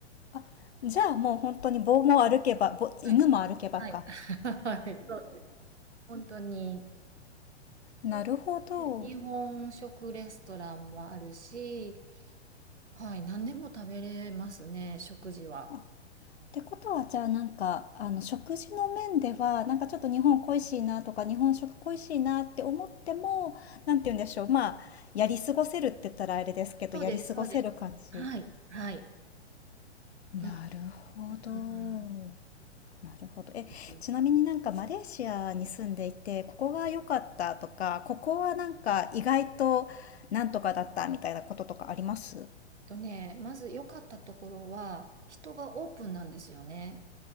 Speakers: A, on the left; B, on the right.
A: あ、じゃあもう本当に棒も歩けば、ぼ犬も歩けばか。
B: はい。はい。<laughs> はい。そうです。本当に。
A: なるほど。
B: で、日本食レストランもあるし、はい。何でも食べれますね、食事は。
A: あってことはじゃあなんか、あの食事の面では、なんかちょっと日本恋しいなとか日本食恋しいなって思っても、なんて言うんでしょう。まあ、やり過ごせるって言ったらあれですけど、
B: そうです、
A: やり過ごせる感じ。
B: そうです。はい。はい。
A: なるほど。
B: うん、うん、うん。
A: なるほど。え、
B: えっ
A: ちなみになんかマレーシアに住んでいて、ここが良かったとか、ここはなんか意外となんとかだったみたいなこととかあります
B: とね、まず良かったところは、人がオープンなんですよね。